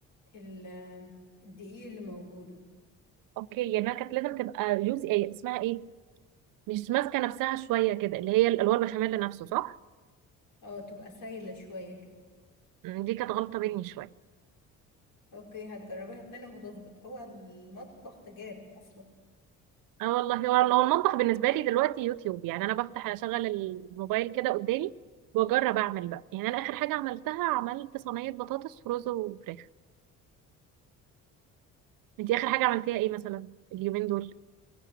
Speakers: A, on the left; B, on the right.
A: ال- الدقيق اللي موجودة
B: اوكي يعني أنا كانت لازم تبقى جوسي ايه اسمها ايه مش ماسكه نفسها شويه كده اللي هي الالوان البشاميل نفسه صح
A: اه تبقى سايلة شوية كده
B: مم، دي كانت غلطة مني شوية
A: اوكي هتجربيها تاني وهتظبط هو المطبخ تجارب اصلا
B: اه والله هو هو المطبخ بالنسبة لي دلوقتي يوتيوب يعني انا بفتح اشغل الموبايل كده قدامي واجرب اعمل بقى يعني انا اخر حاجة عملتها عملت صينية بطاطس ورز وفراخ انتي اخر حاجة عملتيها ايه مثلا اليومين دول